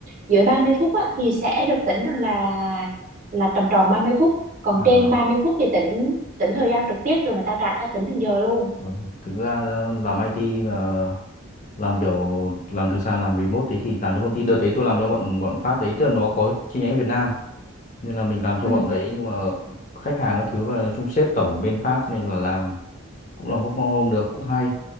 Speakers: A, on the right; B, on the left.
A: dưới 30 phút á, thì sẽ được tính rằng là là tầm tròn 30 phút còn
B: à,
A: trên 30 phút thì tính tính thời gian trực tiếp rồi người ta trả theo tính thành giờ luôn
B: ừ. thực ra ờ, làm
A: ừ.
B: IT mà làm kiểu làm từ xa làm remote đấy thì làm cho công ty đợt đấy tôi làm cho bọn bọn Pháp đấy tức là nó có chi nhánh ở Việt Nam nên là mình làm cho
A: Ừ.
B: bọn đấy nhưng mà khách hàng các thứ và nói chung sếp tổng ở bên Pháp nên là làm cũng làm work from home được cũng hay